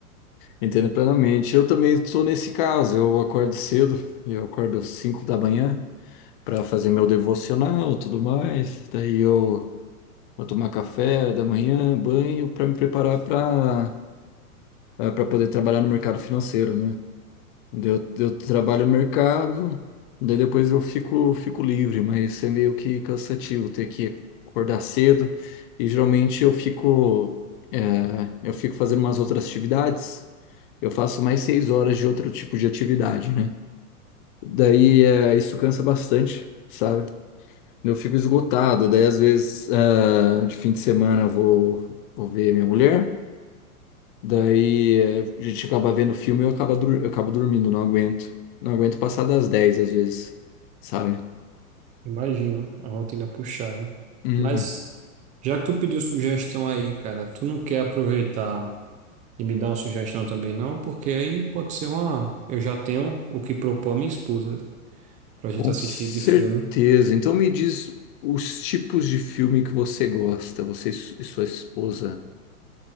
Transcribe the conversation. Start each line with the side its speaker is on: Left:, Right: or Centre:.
Left: Entendo plenamente. Eu também estou nesse caso. Eu acordo cedo, eu acordo às 5 da manhã para fazer meu devocional, tudo mais. Daí eu vou tomar café da manhã, banho, para me preparar para para poder trabalhar no mercado financeiro, né? Daí Eu, eu trabalho no mercado, daí depois eu fico, fico livre, mas é meio que cansativo ter que acordar cedo. E geralmente eu fico, é, eu fico fazendo umas outras atividades. Eu faço mais seis horas de outro tipo de atividade, né? Daí é, isso cansa bastante, sabe? Eu fico esgotado. Daí às vezes, é, de fim de semana, eu vou, vou ver minha mulher. Daí eh, a gente acaba vendo filme e eu acabo, dur- eu acabo dormindo, não aguento. Não aguento passar das 10 às vezes, sabe?
Right: Imagino a rotina puxada.
Left: Hum,
Right: Mas, já que tu pediu sugestão aí, cara, tu não quer aproveitar. E me dá uma sugestão também, não, porque aí pode ser uma. Eu já tenho o que propor a minha esposa pra gente
Left: com
Right: assistir
Left: certeza.
Right: de filme.
Left: Então me diz os tipos de filme que você gosta, você e su- e sua esposa.